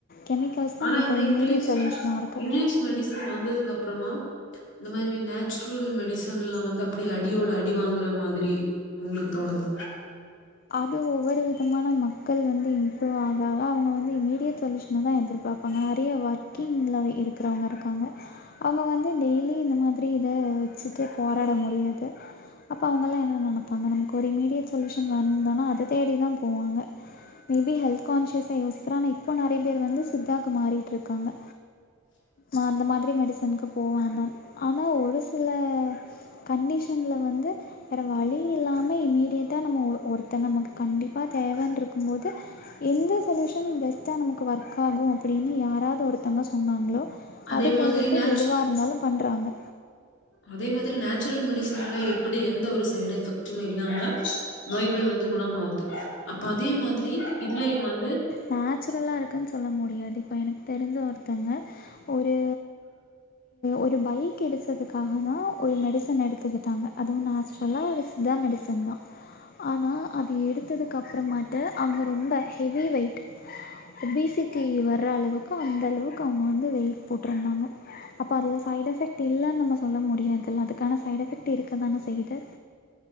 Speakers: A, on the left; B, on the left.
A: கெமிக்கல்ஸ் தா
B: ஆனா
A: நமக்கு
B: இந்த
A: ஒரு
B: இங்கிலீஷ்
A: இம்மீடியட் சொல்யூஷனா இருக்கு
B: இங்கிலீஷ் மெடிசன் வந்ததுக் அப்புறமா இந்த மாரி நேச்சுரல் மெடிசன்லா வந்து அப்டியே அடி அடியோட அடி வாங்குற மாதிரி உங்ளுக் தோணுதா
A: அது ஒவ்வொரு விதமான மக்கள் வந்து இம்ப்ரூவ் ஆக அக அவுங்க வந்து இம்மீடியட் சொல்யூஷ் ஷன் தா எதிர்பாப்பாங்க நெறைய வர்க்கிங்ள இருக்கிறவுங்க இருக்காங்க அவுங்க வந்து டெய்லி இந்த மாதிரி இத வச்சுட்டு போராட முடியாது அப்ப அவுங்கல்லா என்ன நெனப்பாங்க நமக்கு ஒரு இம்மீடியட் சொல்யூஷன் வந்தனா அத தேடிதா போவாங்க மே பி ஹெல்த் கான்சியஸ்சா யோசிக்ற ஆனா இப்ப நறைய பேரு வந்து சித்தாவுக்கு மாறிட்டுருக்காங்க நா அந்த மாதிரி மெடிசனுக்கு போவோ தா ஆனா ஒரு சில கண்டிஷன்ல வந்து வேற வழி இல்லாம இம்மீடியேட்டா நம்ம ஒருத்தங்க நமக் கண்டிப்பா தேவன்ட்ருக்கும்போது எந்த சொல்யூஷன் பெஸ்ட்டா நமக்கு ஒர்க் ஆகு அப்டின்னு யாராது ஒருத்தங்க சொன்னாங்ளோ
B: அதே
A: அது
B: மாதிரி
A: கேட்டுட்டு
B: நேச்
A: எதுவா இருந்தாலு பண்றாங்க
B: அதே மாதிரி நேச்சுரல் மெடிசன்ல எப்டி எந்த ஒரு சைய்டு எஃபெக்ட் டுமே இல்லாம நோய்கள் வந்து குணம் ஆவ்து அப்ப அதே மாதிரி இதுலயு வந்து
A: நேச்சுரலா இருக்குன்னு சொல்ல முடியாது இப்போ எனக் தெரிஞ்ச ஒருத்தங்க ஒரு ஒரு பை கெடிச்சதுக்காக தா ஒரு மெடிசன் எடுத்துக்கிட்டாங்க அதுவு நேச்ரலா ஒரு சித்தா மெடிசன் தா ஆனா அது எடுத்ததுக்கு அப்புறமாட்டு அவுங்க ரொம்ப ஹெவி வெயிட் ஒபிசிட்டி வர்ற அளவுக்கு அந்த அளவுக்கு அவூங்க வந்து வெயிட் போட்ருந்தாங்க அப்ப அதுல சைட் எஃபெக்ட் இல்லன் நம்ம சொல்ல முடியாதுல்ல அதுக்கான சைட் எஃபெக்ட் இருக்கதானே செய்து